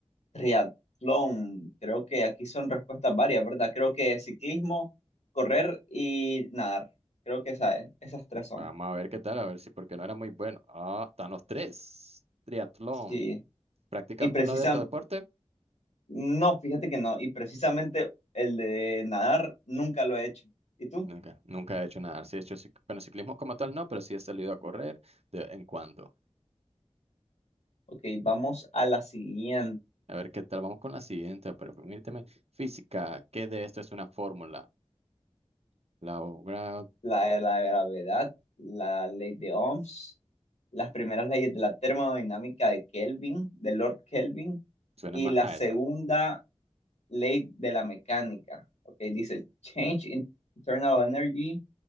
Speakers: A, on the left (about 85°); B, on the right (about 65°).
A: Triatlón, creo que aquí son respuestas varias, ¿verdad? Creo que ciclismo, correr y nadar. Creo que esa es- esas tres son.
B: Vamos a ver qué tal, a ver si, porque no era muy bueno. Ah, están los tres. Triatlón.
A: Sí.
B: ¿Practica
A: Y precisa,
B: uno de estos deportes?
A: no, fíjate que no. Y precisamente el de nadar nunca lo he hecho. ¿Y tú?
B: Nunca, nunca he hecho nada. Sí he hecho, cic- bueno, ciclismo como tal no, pero sí he salido a correr de vez en cuando.
A: Ok, vamos a la siguiente.
B: A ver qué tal, vamos con la siguiente, pero permíteme. Física, ¿qué de esto es una fórmula? La, la,
A: la de la gravedad, la ley de Ohms, las primeras leyes de la termodinámica de Kelvin, de Lord Kelvin,
B: suena
A: y
B: más
A: la
B: a
A: segunda
B: eso.
A: ley de la mecánica. Ok, dice Change in Internal Energy.